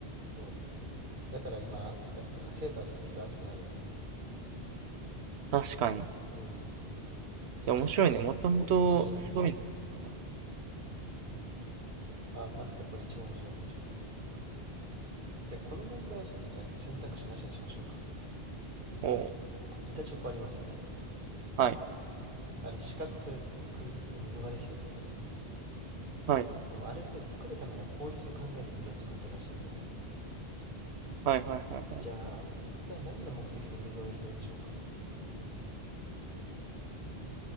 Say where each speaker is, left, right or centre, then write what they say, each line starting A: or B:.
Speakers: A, on the right (about 50°); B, on the right (about 85°).
A: そう。だから今暑く、なんかセーターとか着ると暑くなるよね。
B: 確かに。い
A: うん。いや、
B: や、
A: 結構、
B: 面白いね。もともとそういうのなんだ。
A: ね、いや、面白い面白い。あ、待って、これ一番面白いかもしれない。じゃあ、この問題はちょっとじゃあ選択肢なしにしましょうか。
B: おー、
A: 板チョコありますよね。
B: はい。
A: あれ、四角く区切って溝ができてるよね。
B: はい。
A: でもあれって作るための効率を考えて溝を作ってるらしいんだよね。
B: はいはいはいはい。
A: じゃあ、一体何の目的で溝を入れてるでしょうか